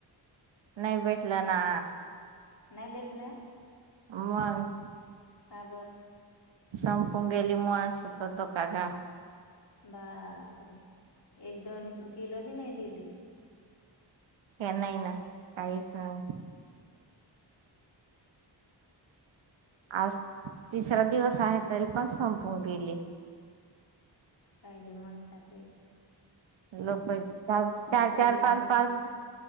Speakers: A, on the right; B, on the left.
A: नाही भेटलं ना.
B: नाही भेटलं.
A: मग.
B: का? बर.
A: संपून गेली मोणच होतो तो काका.
B: बापरे एक दोन किलो बी नाही दिली.
A: हे नाही ना काहीच नाही.
B: <unintelligible>
A: आज तिसरा दिवस आहे तरी पण संपून गेली.
B: कायदे मन टे.
A: लोक चार चार
B: पण
A: चार
B: देऊन
A: पाच
B: देत
A: पाच.